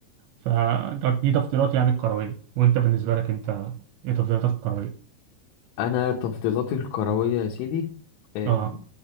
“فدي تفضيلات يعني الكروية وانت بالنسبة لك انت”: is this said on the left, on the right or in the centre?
Right